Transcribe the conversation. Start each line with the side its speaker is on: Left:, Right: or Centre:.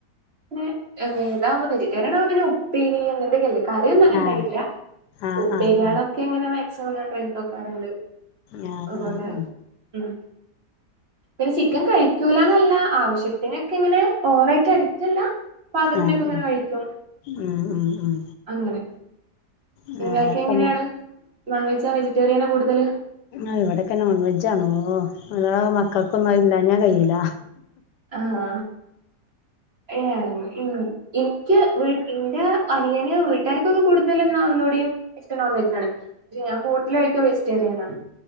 Right: പിന്നെ താവുമ്പ വെജിറ്റേറിയനാവുമ്പോ പിന്നെ ഉപ്പേരി അങ്ങൻത്തൊക്കല്ലേ കറ്യൊന്നും അങ്ങനെണ്ടാക്കിട്ടില്ല
Left: ആഹ് ആഹ്
Right: ഉപ്പേര്യാളൊക്കെങ്ങനെ
Left: ആഹ് ആഹ്
Right: മാക്സിമംങ്ങനെ ട്രൈ ചെയ്തോക്കാറ്ണ്ട്.
Left: ആഹ്
Right: അത്പോലെ
Left: ആഹ്
Right: ഉം പിന്നെ ചി ക്കൻ കഴിക്കൂലന്നല്ല ആവശ്യത്തിനൊക്കങ്ങനെ ഓവറായിട്ട് അഡിക്റ്റല്ല പാകത്തിനൊക്കെങ്ങനെ
Left: ആഹ് ആഹ്
Right: കഴിക്കും
Left: ഉം ഉം ഉം
Right: അങ്ങനെ.
Left: ഞങ്ങളവിടൊക്കെ
Right: ഇങ്ങക്കെങ്ങനെയാണ് നോൺ വെജാ വെജിറ്റേറിയനാ കൂടുതല്?
Left: ആഹ് ഇവടൊക്കെ നോൺ വെജാണോ അല്ലാഹ് മക്കക്കൊന്നും അയില്ലാഞ്ഞാ കയ്യില്ല.
Right: ആഹാ ഏഹ് ഇ ഇനിക്ക് വീ ഇന്റെ അനിയന് വീട്ടാർക്കൊക്കെ കൂടുതല് ന്നാ ഒന്നൂടിം ഇഷ്ടം നോൺ വെജാണ് പക്ഷെ ഞാൻ കൂടുതലായിട്ടും വെജിറ്റേറിയനാണ്.